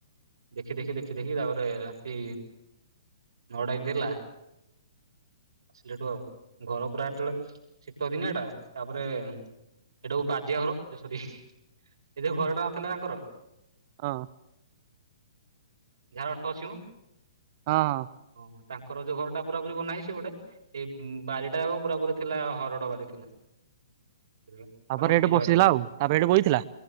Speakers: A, on the right; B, on the right.
A: ଦେଖି ଦେଖି ଦେଖି ଦେଖି ତାପରେ ରାତି ନଅଟା ଯେମତି ହେଲା ଆସିଲୁ ହେଠୁ ଆଉ ଘର ପୁରା ହେତଳେ ଶୀତ ଦିନ ଏଟା ତାପରେ ଏଟା କୋଉ ବାଧିଆ ଘର ଏ ସରି ଏ ଘରଟା ନଥିଲା ତାଙ୍କର?
B: ହଁ।
A: ଯାହାର ଅଟ ଅଛି ମ?
B: ହଁ ହଁ।
A: ହଁ ତାଙ୍କର ଯୋଉ ଘରଟା ପୁରାପୁରୀ ବନାହେଇଚି ସେ ଗୋଟେ ଏଇ ବାରିଟା ଯାକ ପୁରାପୁରୀ ଥିଲା ହରଡ଼ ବାରି ଥିଲା। ପୁରା
B: ତାପରେ
A: ନଟି
B: ଏଇଠି
A: ଯାଗାଟା
B: ବସିଥିଲା
A: ପୁରା
B: ଆଉ ତାପରେ ଏଇଠି ବଇଥିଲା